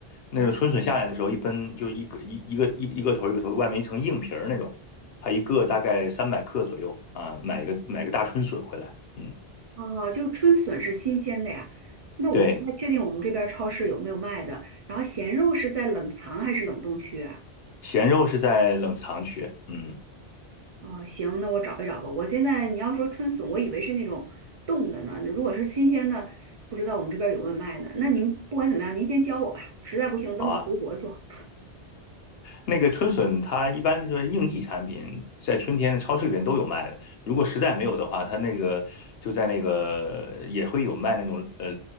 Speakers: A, on the left; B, on the right.
A: 那种春笋下来的时候，一根就一个一一个一一个头一个头，外面一层硬皮儿那种，它一个大概三百克左右啊，买一个买个大春笋回来，嗯，
B: 哦，就春笋是新鲜的呀，那我不太确定我们这边儿超市有没有卖的。
A: 对，
B: 然后咸肉是在冷藏还是冷冻区啊？
A: 咸肉是在冷藏区，嗯。
B: 哦，行，那我找一找吧。我现在你要说春笋，我以为是那种冻的呢。如果是新鲜的，不知道我们这边儿有没有卖的。那您不管怎么样，您先教我吧。实在不行，等我回国做。
A: 好啊。那个春笋，它一般就是应季产品，在春天的超市里边都有卖的。如果实在没有的话，它那个就在那个也会有卖那种呃，